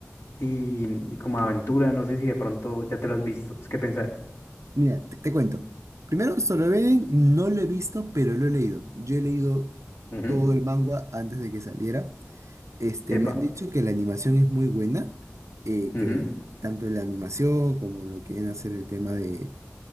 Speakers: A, on the left; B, on the right.
A: y, y como aventura, no sé si de pronto ya te lo has visto. ¿Qué pensás?
B: Mira, te, te cuento. Primero, Solo Leveling no lo he visto, pero lo he leído. Yo he leído
A: Ujú,
B: todo el manga antes de que saliera. Este,
A: Epa.
B: me han dicho que la animación es muy buena, eh,
A: ujú,
B: que tanto la animación como lo que viene a ser el tema de,